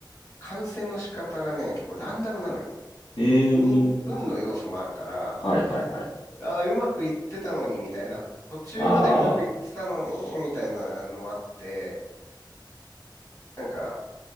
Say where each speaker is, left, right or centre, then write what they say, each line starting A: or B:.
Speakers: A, on the left (about 45°); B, on the left (about 80°).
A: 感染の仕方がね、結構ランダムなのよ。
B: ええー
A: 運、運の要素もあるから、
B: はいはいはい。
A: ああ、うまくいってたのに、みたいな。途中までうまくいってたのに、
B: ああ、
A: みたいなのもあって、なんか、